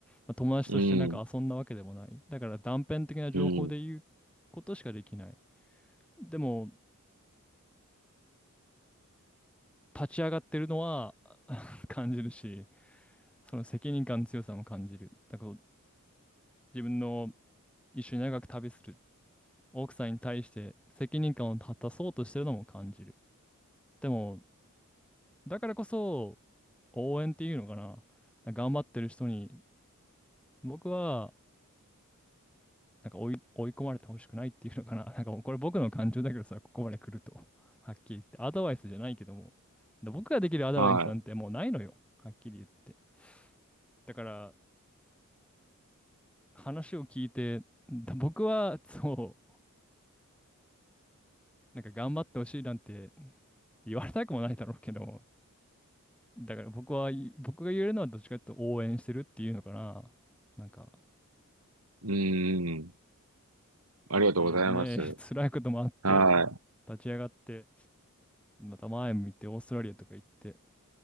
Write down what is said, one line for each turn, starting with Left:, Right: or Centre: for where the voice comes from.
Centre: まあ、友達としてなんか遊んだわけでもない。
Right: うん、
Centre: だから断片的な情報で言うことしかできない。
Right: うん、
Centre: でも、立ち上がってるのは <laughs> 感じるし、その責任感の強さも感じる。だから自分の一緒に長く旅する奥さんに対して責任感を果たそうとしてるのも感じる。でも、だからこそ応援っていうのかな。頑張ってる人に僕はなんか追い、追い込まれてほしくないっていうのかな。なんかもうこれ僕の感情だけどさ、ここまで来ると。はっきり言って。アドバイスじゃないけども。で僕ができるアドバイスなんてもうないのよ。
Right: は
Centre: はっきり言って。だから、話を聞いて、だ僕は、そう、なんか頑張ってほしいなんて言われたくもないだろうけど、だから僕は、僕が言えるのはどっちかというと応援してるっていうのかな。なんか、
Right: い、うん、ありがとうございます。
Centre: で、ね、<laughs> 辛いこともあって、
Right: はい。
Centre: 立ち上がって、また前向いてオーストラリアとか行って、